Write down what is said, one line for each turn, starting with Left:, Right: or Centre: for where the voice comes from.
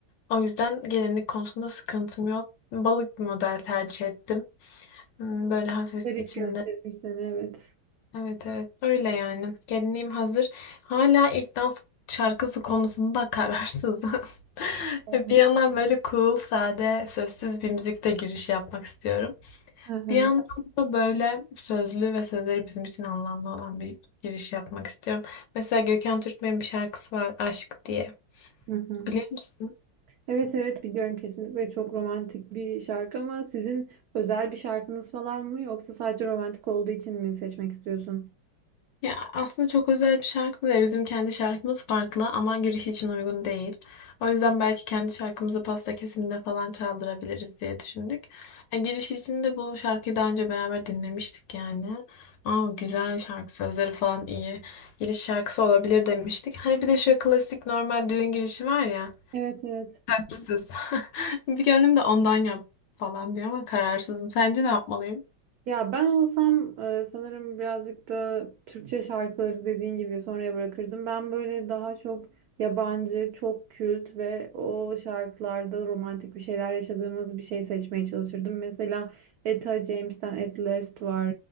Left: O yüzden gelinlik konusunda sıkıntım yok. Balık bir model tercih ettim. Hmm, Böyle hafif
Right: Zarif
Left: içinde
Right: gösterir seni, evet.
Left: Evet evet öyle yani. Gelinliğim hazır. Hala ilk dans şarkısı konusunda kararsızım. <laughs>
Right: Hı
Left: Bir yandan böyle cool, sade, sözsüz bir müzikle giriş yapmak istiyorum.
Right: hı,
Left: Bir yandan da böyle sözlü ve sözleri bizim için anlamlı olan bir giriş yapmak istiyorum. Mesela Gökhan Türkmen'in bir şarkısı var Aşk diye.
Right: hı hı.
Left: Biliyor musun?
Right: Evet evet biliyorum kesinlikle çok romantik bir şarkı ama sizin özel bir şarkınız falan mı yoksa sadece romantik olduğu için mi seçmek istiyorsun?
Left: Ya aslında çok özel bir şarkı değil. Bizim kendi şarkımız farklı ama giriş için uygun değil. O yüzden belki kendi şarkımızı pasta kesiminde falan çaldırabiliriz diye düşündük. E, giriş için de bu şarkıyı daha önce beraber dinlemiştik yani. Aa güzel bir şarkı sözleri falan iyi. Giriş şarkısı olabilir demiştik. Hani bir de şu klasik normal düğün girişi var ya.
Right: Evet evet.
Left: Sözsüz. <laughs> Bir gönlüm de ondan yap falan diyor ama kararsızım. Sence ne yapmalıyım?
Right: Ya ben olsam e, sanırım birazcık da Türkçe şarkıları dediğin gibi sonraya bırakırdım. Ben böyle daha çok yabancı, çok kült ve o şarkılarda romantik bir şeyler yaşadığımız bir şey seçmeye çalışırdım. Mesela Etta James'ten At Last var,